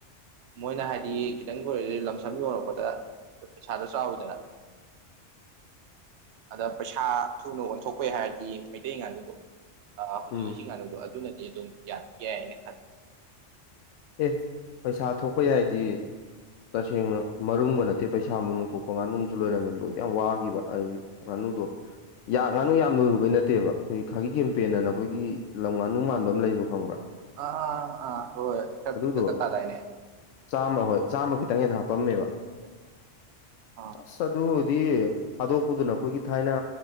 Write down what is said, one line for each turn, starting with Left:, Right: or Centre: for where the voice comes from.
Right: ꯃꯣꯏꯅ ꯍꯥꯏꯗꯤ ꯈꯤꯇꯪ ꯀꯣꯏꯔꯛ ꯂꯝꯁꯝ ꯌꯣꯉꯛꯄꯗ ꯄꯩꯁꯥꯗꯣ ꯆꯥꯎꯋꯤꯗꯅ ꯑꯗ ꯄꯩꯁꯥ ꯊꯨꯅ ꯑꯣꯟꯊꯣꯛꯄꯩ ꯍꯥꯏꯔꯗꯤ ꯃꯩꯇꯩ ꯉꯥꯅꯨꯗꯣ ꯑ ꯍꯧꯖꯤꯛ
Left: ꯎꯝ
Right: ꯏꯁꯤꯡ ꯉꯥꯅꯨꯗꯣ ꯑꯗꯨꯅꯗꯤ ꯑꯗꯨꯝ ꯌꯥ ꯌꯥꯏꯅꯦ
Left: ꯑꯦ ꯄꯩꯁꯥ ꯊꯣꯛꯄ ꯌꯥꯏꯗꯤ ꯇꯁꯦꯡꯅ ꯃꯔꯨꯝꯒ ꯅꯠꯇꯦ ꯄꯩꯁꯥ ꯃꯔꯨꯝ ꯀꯣꯛꯄ ꯉꯥꯅꯝꯁꯨ ꯂꯩꯣꯏꯔꯝꯃꯦ ꯂꯣꯏꯅ ꯌꯥꯝ ꯋꯥꯈꯤꯕ ꯍꯥꯏꯗꯤ ꯉꯅꯨꯗꯣ ꯌꯥ ꯉꯥꯅꯨ ꯌꯥꯝ ꯂꯣꯏꯔꯨꯕꯩ ꯅꯠꯇꯦꯕ ꯑꯩꯈꯣꯏ ꯈꯥꯒꯤ ꯀꯦꯝꯄꯦꯅ ꯑꯩꯈꯣꯏꯒꯤ ꯂꯝ ꯉꯥꯅꯨ ꯃꯥꯟꯕ ꯑꯃ ꯂꯩꯕ ꯈꯪꯕ꯭ꯔꯥ
Right: ꯑ ꯑꯥ ꯑꯥ ꯍꯣꯏ ꯈꯔ
Left: ꯑꯗꯨꯗꯣ
Right: ꯄꯤꯛꯇꯛꯀ ꯇꯥꯗꯥꯏꯅꯦ
Left: ꯆꯥꯝꯃ ꯍꯣꯏ ꯆꯥꯝꯃ ꯈꯤꯇꯪ ꯍꯦꯟꯅ ꯍꯥꯞꯄꯝꯃꯦꯕ
Right: ꯑ
Left: ꯑꯁ ꯑꯗꯨꯗꯤ ꯊꯥꯗꯣꯛꯄꯗꯨꯅ ꯑꯩꯈꯣꯏꯒꯤ ꯊꯥꯏꯅ